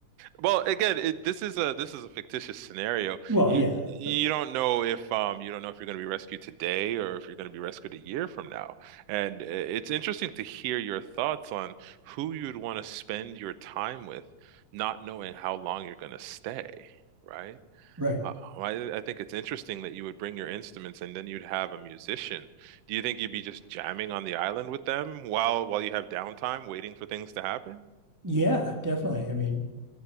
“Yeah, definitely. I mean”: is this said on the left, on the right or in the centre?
Right